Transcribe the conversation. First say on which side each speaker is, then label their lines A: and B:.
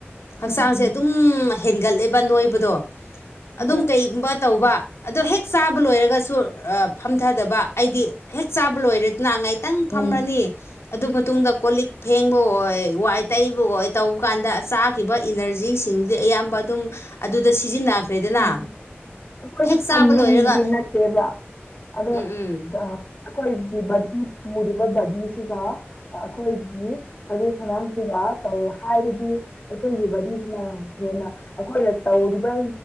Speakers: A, on the left; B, on the left.
A: ꯍꯛꯆꯥꯡꯁꯦ
B: ꯎꯝ
A: ꯑꯗꯨꯝ ꯍꯦꯟꯒꯠꯂꯦꯕ ꯅꯣꯏꯕꯗꯣ ꯑꯗꯨꯝ
B: ꯍꯣꯏ
A: ꯀꯩꯒꯨꯝꯕ ꯇꯧꯕ ꯑꯗꯣ ꯍꯦꯛ ꯆꯥꯕ ꯂꯣꯏꯔꯒꯁꯨ ꯐ ꯆꯠꯊꯗꯕ ꯑꯩꯗꯤ ꯍꯦꯛ ꯆꯥꯕ ꯂꯣꯏꯔꯦꯗꯅ ꯉꯥꯏꯇꯪ ꯐꯝꯔꯅꯤ
B: ꯎꯝ
A: ꯑꯗꯨ ꯃꯇꯨꯡꯗ ꯀꯣꯂꯤꯛ ꯐꯦꯡꯕ ꯑꯣꯏ ꯋꯥꯏ ꯇꯩꯕ ꯑꯣꯏ ꯇꯧꯕ ꯀꯥꯟꯗ ꯆꯥꯈꯤꯕ ꯏꯅꯔꯖꯤꯁꯤ ꯗꯤ ꯑꯌꯥꯝꯕ ꯑꯗꯨꯝ ꯑꯗꯨꯗ ꯁꯤꯖꯤꯟꯅꯈ꯭ꯔꯦꯗꯅ
B: ꯎꯝ ꯑꯩꯈꯣꯏꯁꯨ
A: ꯍꯦꯛ ꯆꯥꯕ
B: ꯆꯟꯐꯝꯗꯤ
A: ꯂꯣꯏꯔꯒ
B: ꯅꯠꯇꯦꯕ ꯑꯗꯣ
A: ꯎꯝ ꯎꯝ
B: ꯑꯩꯈꯣꯏꯒꯤ ꯕꯗꯤ ꯄꯨꯔꯤꯕ ꯕꯗꯤꯁꯤꯒ ꯑꯩꯈꯣꯏꯒꯤ ꯁꯔꯨ ꯁꯔꯥꯡꯁꯤꯒ ꯇꯧ ꯍꯥꯏꯔꯗꯤ ꯑꯩꯈꯣꯏꯒꯤ ꯕꯗꯤꯁꯤꯅ ꯍꯦꯟꯅ ꯑꯩꯈꯣꯏꯅ ꯇꯧꯔꯤꯕ